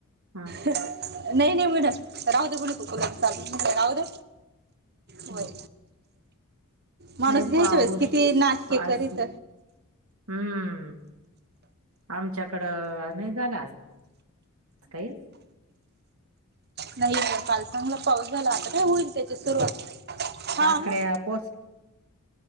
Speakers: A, on the right; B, on the right.
A: हा
B: नाय नाय म्हण राहूदे म्हणलं तो कुलर चालू म्हणलं राहूदे. होय
A: हा
B: माणूस
A: नाही
B: घ्यायच
A: पाऊस
B: वेळेस किती नाटके
A: आज
B: करीत.
A: हम्म आमच्याकडं नाही झालं. काय.
B: नाहीेत काल चांगला पाऊस झाला आता काय होईल त्याची सुरुवात. हा
A: काकड्या
B: मग
A: पोस.